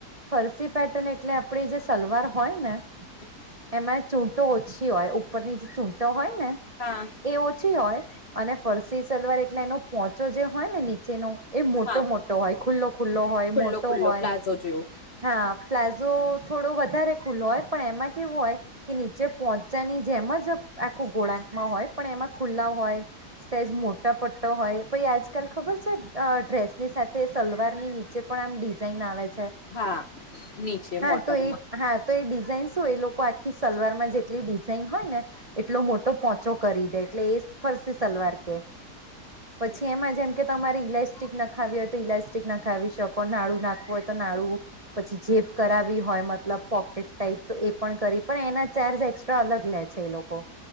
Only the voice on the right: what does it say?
ફરસી પેટર્ન એટલે આપડી જે સલવાર હોય ને
એમાં ચૂટો ઓછી હોય ઉપરની જે ચૂટો હોય ને
એ છી હોય અને ફરસી સલવાર એટલે એનો પોહોચો જે હોય ને નીચેનો એ મોટો
મોટો હોય ખુલ્લો ખુલ્લો હોય
મોટો
હોય.
હા પ્લાઝો થોડો વધારે ખુલ્લો હોય. પણ એમાં કેવું હોય કે નીચે પહોંચવાની જેમ જ આખું ગોળા માં હોય પણ એમાં ખુલ્લા હોય સાઈઝ મોટ પા પટ્ટો હોય પી આજકાલ ખબર છે ડ્રેસની સાથે સલવાર ની નીચે પણ એમ ડિઝાઇન આવે છે.
હા
તો એ હા તો એ ડિઝાઇન શું એ લોકો આખી સલવાર માં જેટલી ડિઝાઇન હોય ને એટલો મોટો પોહોંચો કરી દે એટલે એ ફરસે સલવાર કે.
પછી એમાં જેમ કે તમારે ઇલાસ્ટિક ના ખાવી હોય તો ઇલાસ્ટિક ના ખાવી શકો નાડુ નાખવું હોય તો નાડું. પછી જેપ કરાવી હોય મતલબ પોકેટ, ટાઈપ તો એ પણ કરી પણ એના ચાર્જ એક્સ્ટ્રા અલગ લે છે એ લોકો.